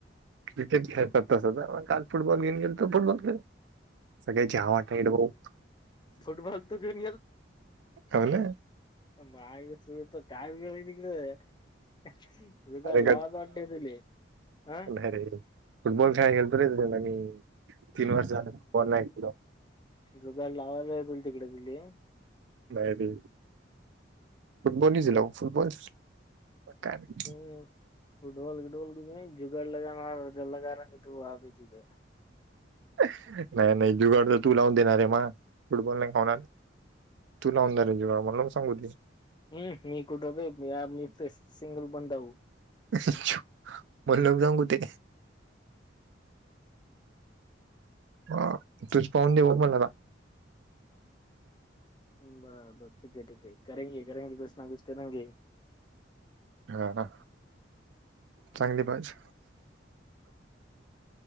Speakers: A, on the right; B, on the left.
A: क्रिकेट खेळतात तसं. काल फुटबॉल घेउन गेल त फुटबॉल खेल- सगळे जावटड ब
B: फुटबॉल तो घेऊन
A: ह ना
B: माग सुय काही बी नििकळ त
A: अरे
B: लावाात वाट दिली अह
A: अरे फुटबॉल खेळा खेळतो रे त्या मी तीन वर्ष झालेॉ नाहीलो
B: दग लावालाोल तिकडे दिली
A: बायब फुटबॉल झाला फुटबॉल काय नाही
B: हम् फुडॉलगडल क जुगडला जाणार जलागार त तुझ
A: नाही नाही दुर्गड तर तू लावून देणार आहे म फुटबॉल नाही खाऊणार तू लावूनाेंज करा मला मग सांगू
B: हम्म मी कुठ मी सिंगल बंदव
A: च म्हणक जाऊ कु ते ह तूच पाहून देव मलाता
B: बरोबर ठीक आहे ठीके करेगे करेगे कस ना क करेगे
A: हा चांगली बाज